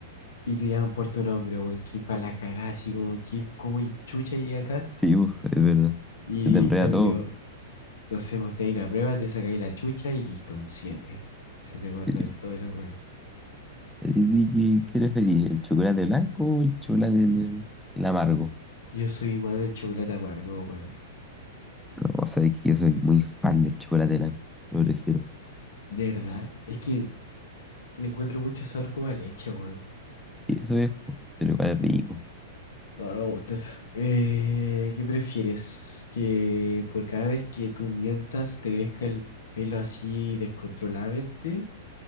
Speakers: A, on the left (about 75°); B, in the centre.
A: y te llaman por tu nombre, weón, que para la cagada, así como que, como chucha llegué acá
B: Sí, uf, es verdad.
A: y
B: Se te enreda
A: Ya. Camilo.
B: todo.
A: No sé, vos tenés la prueba, te sacáis la chucha y listo, un 7, Se te guarda
B: Sí.
A: y toda la weá.
B: ¿Y qué, qué preferís? ¿El chocolate blanco o el chocolate el, el amargo?
A: Yo soy más de chocolate amargo, weón.
B: No, sabes que yo soy muy fan del chocolate blanco. Lo prefiero.
A: De verdad. Es que le encuentro mucho sabor como a leche, weón.
B: Sí, eso es, po, pero igual es rico.
A: No, no me gusta eso. Eh, ¿qué prefieres? ¿Que por cada vez que tú mientas te crezca el pelo así descontroladamente?